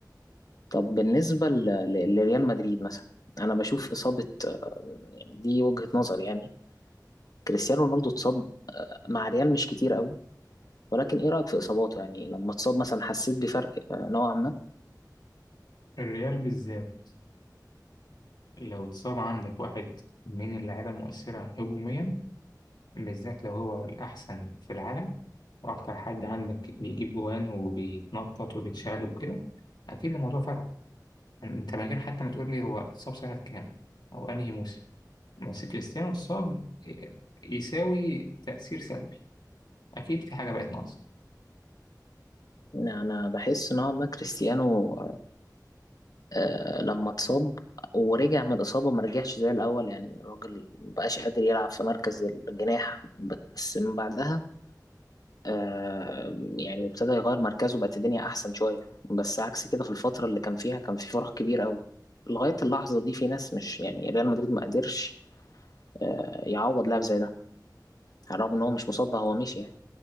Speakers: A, on the left; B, on the left.
A: طب بالنسبة ل- ل- لريال مدريد مثلا أنا بشوف إصابة آه، يعني دي وجهة نظر يعني كريستيانو رونالدو اتصاب مع ريال مش كتير قوي ولكن ايه رأيك في اصاباته يعني لما اتصاب مثلا حسيت بفرق آه، نوعا ما
B: الريال بالذات لو اتصاب عندك واحد من اللعيبة المؤثرة هجوميا بالذات لو هو الأحسن في العالم وأكتر حد عندك بيجيب جوان وبيتنطط وبيتشقلب وكده أكيد الموضوع فرق يعني أنت من غير حتى ما تقول لي هو اتصاب سنة كام أو أنهي موسم بس كريستيانو اتصاب إيه، يساوي تأثير سلبي أكيد في حاجة بقت ناقصة
A: يعني انا بحس نوعا ما كريستيانو آه، لما اتصاب ورجع من الإصابة ما رجعش زي الأول يعني الراجل مبقاش قادر يلعب في مركز الجناح بس من بعدها آه، يعني ابتدى يغير مركزه بقت الدنيا أحسن شوية بس عكس كده في الفترة اللي كان فيها كان في فرق كبير قوي لغاية اللحظة دي في ناس مش يعني ريال مدريد ما قدرش آه، يعوض لاعب زي ده على الرغم إن هو مش مصاب بقى هو مشي يعني